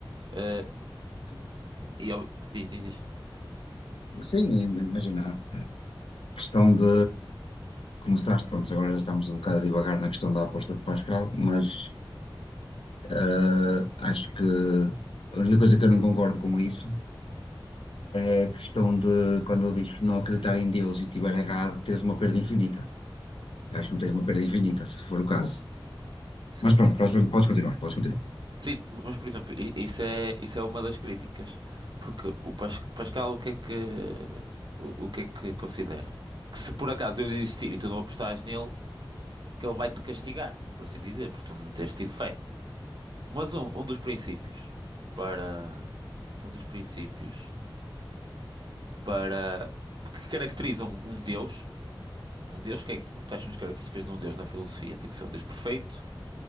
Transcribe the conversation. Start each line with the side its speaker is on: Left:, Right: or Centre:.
Right: Eh,
Left: Sim,
Right: e, ob- diz, diz,
Left: sim.
Right: diz.
Left: Sim, e imagina, a questão de começar, pronto, agora já estamos um bocado a divagar na questão da aposta de Pascal, mas eh, acho que a única coisa que eu não concordo com isso é a questão de quando ele diz não acreditar em Deus e estiver errado, tens uma perda infinita. Eu acho que não tens uma perda infinita, se for o caso.
Right: Certo.
Left: Mas pronto, podes, podes continuar, podes continuar.
Right: Sim, mas por exemplo, i- isso é, isso é uma das críticas, porque o Pas- Pascal, o que é que, o, o que é que considera? Que se por acaso Deus existir e tu não apostares nele, que ele vai-te castigar, por assim dizer, porque tu não tens tido fé. Mas um, um dos princípios para um dos princípios para que caracterizam um Deus, um Deus, que é que, quais são as características de um Deus na filosofia? Tem que ser um Deus perfeito,